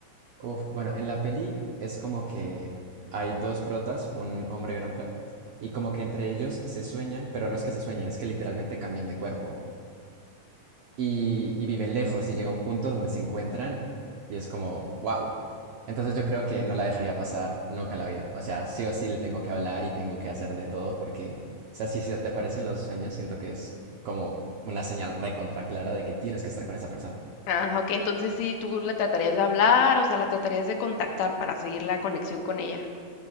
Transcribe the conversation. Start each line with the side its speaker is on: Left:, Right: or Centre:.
Right: Uf, bueno, en la peli es como que hay dos protas, un hombre y una mujer, y como que entre ellos se sueñan, pero no es que se sueñen, es que literalmente cambian de cuerpo. y, y viven lejos y llega un punto donde se encuentran y es como, wow. Entonces yo creo que no la dejaría pasar nunca en la vida. O sea, sí o sí le tengo que hablar y tengo que hacer de todo porque, o sea, si se te aparecen los sueños, siento que es como una señal recontra clara de que tienes que estar con esa persona.
Left: Ah, ok, entonces sí, tú la tratarías de hablar, o sea, la tratarías de contactar para seguir la conexión con ella.